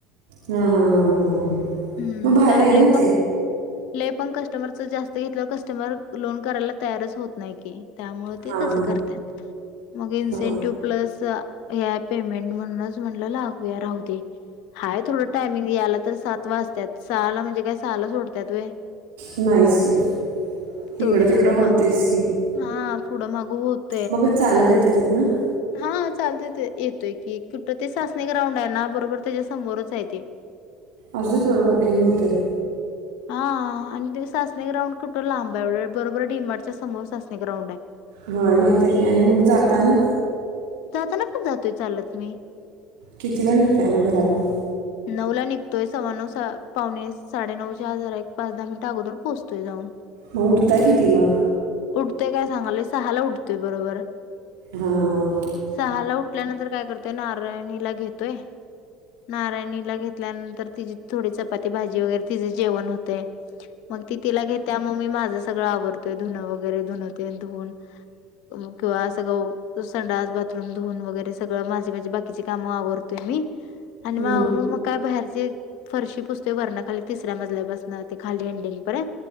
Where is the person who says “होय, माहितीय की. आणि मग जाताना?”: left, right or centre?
Right